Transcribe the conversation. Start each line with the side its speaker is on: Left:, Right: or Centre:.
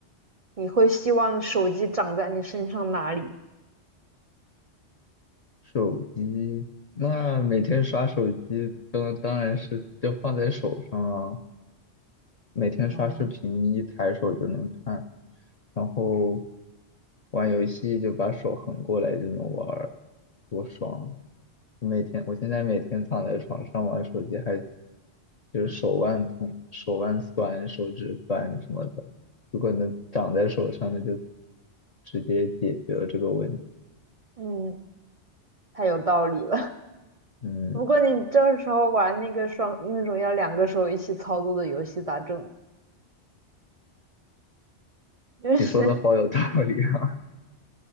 Right: 你会希望手机长在你身上哪里？
Left: 手机那每天刷手机，当当然是就放在手上啊，每天刷视频，
Right: 哦，
Left: 一抬手就能看。然后玩游戏就把手横过来就能玩儿，多爽啊我每天，我现在每天躺在床上玩手机还，就是手腕痛、手腕酸、手指酸什么的。如果能长在手上，那就直接解决了这个问题。
Right: 嗯，太有道理了。<laughs>
Left: 嗯，
Right: 不过你这时候玩那个双那种要两个手一起操作的游戏咋整？<laughs> 就是，
Left: 你说的好有道理啊。<laughs>